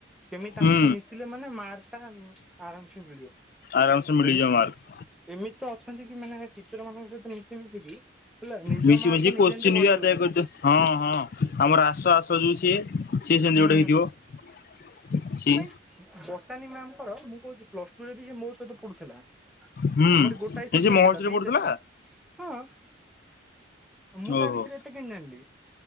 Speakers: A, in the centre; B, on the left.
A: କେମିତି ତାଙ୍କ
B: ହୁଁ
A: ସହିତ ମିଶିଲେ ମାନେ ମାର୍କ ଟା ଆରାମସେ ମିଳିବ।
B: ଆରାମ ସେ ମଳିଯିବ
A: ଏମିତି
B: ମାର୍କ।
A: ଏମିତି ତ ଅଛନ୍ତି କି ମାନେ ଟିଚର ମାନଙ୍କ ସହିତ ମିଶି ମିଶିକି ହେଲା ନିଜ
B: ମିଶି
A: ମାର୍କ
B: ମିଶି
A: ନିଜେ
B: କୋଶ୍ଚିନ୍
A: ନିଜେ ବଢେଇ
B: ବି ଆଦାୟ
A: ଦଉଚନ୍ତି।
B: କରିଦିଅ ହଁ ହଁ ଆମର ଆସ ଆସ ଯେଉ ସିଏ ସିଏ ସେମିତି
A: ହୁଁ
B: ଗୋଟେ ହେଇଥିବ ସିଏ।
A: ବର୍ଟାନୀ ମ୍ୟାାମଙ୍କର ମୁଁ କହୁଚି ପ୍ଲସ ଟୁ ରେ ବି ସେ ମୋ ସହିତ ପଢୁଥିଲା।
B: ହୁଁ
A: ତମର ଗୋଟାଏ ସେକ୍ସନ
B: ଏ ସେ ମହର୍ଷିରେ
A: ଥିଲା ବି
B: ପଢୁଥିଲା
A: ସେକ୍ସନ ହଁ। ମୁଁ
B: ଓହୋ
A: ତା ବିଷୟରେ ଏତେ କେମିତି ଜାଣିଲି।